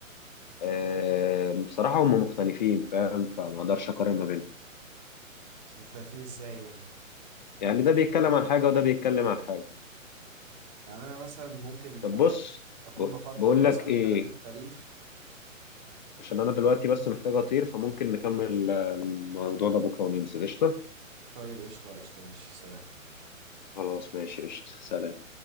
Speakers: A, on the left (about 35°); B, on the right (about 30°).
A: آه، بصراحة هم مختلفين فاهم فما اقدرش اقارن ما بينهم
B: مختلفين ازاي يعني
A: يعني ده بيتكلم عن حاجة وده بيتكلم عن حاجة
B: يعني انا مثلا ممكن
A: طب
B: آه،
A: بص
B: اكون
A: ب-
B: بفضل
A: بقول
B: مثلا
A: لك ايه
B: حاجات التاريخ
A: عشان انا دلوقتي بس محتاج اطير فممكن نكمل آه، الموضوع ده بكرة وننزل قشطة
B: طيب قشطه قشطه ماشي سلام
A: خلاص ماشي قشطة سلام